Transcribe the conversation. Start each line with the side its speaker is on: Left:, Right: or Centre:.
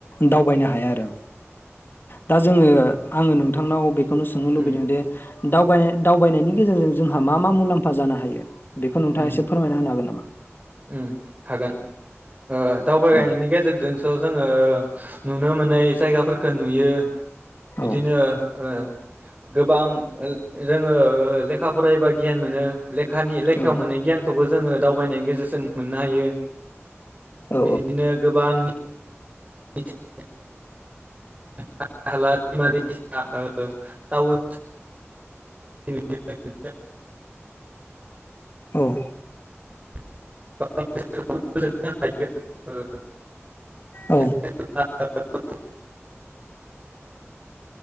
Left: दावबायनो हाया आरो दा जोङो आङो नोंथांनाव बे खौनो सोंनो लुबैदों
Right: उम
Left: दे दावबाय दावबायनायनि गेजेरजों जोंहा मा मा मुलाम्फा जानो हायो? बेखौ नोंथाङा
Right: उम
Left: एसे फोरमायना होनो हागोन नामा?
Right: उम हागोन ओ दावबायलायनायनि
Left: औ
Right: गेजेरजोंसो जों ओ नुनो मोनै जायगाफोरखौ नुयो। बिदिनो
Left: औ
Right: ओ गोबां जोङो ओ लेखा फरायोबा गियान मोनो। लेखानि लेखायाव
Left: औ
Right: मोनै गियानखौबो जोङो दावबायनायनि गेजेरजों मोननो हायो।
Left: औ
Right: बिदिनो गोबां <unintelligible> <unintelligible> टाउन <unintelligible>
Left: औ।
Right: <unintelligible>
Left: औ